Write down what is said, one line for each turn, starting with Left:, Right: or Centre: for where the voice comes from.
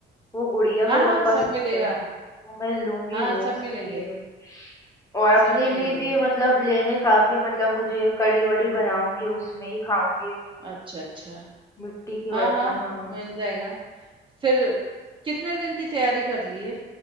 Left: वो गुड़िया
Right: हाँ
Left: को बहुत
Right: हाँ सब
Left: पसंद
Right: मिलेगा
Left: है तो मैं लूंगी
Right: हाँ
Left: वो
Right: सब
Left: उसके
Right: मिलेंगे
Left: लिए और अपने
Right: सब मिलेंगे
Left: लिए भी मतलब लेने काफी मतलब मुझे कड़ी वड़ी बनाऊंगी उसमें ही खाऊंगी
Right: अच्छा अच्छा
Left: मिट्टी के
Right: हाँ
Left: बर्तन
Right: हाँ
Left: हाँ
Right: मिल जाएगा फिर कितने दिन की तैयारी कर लिए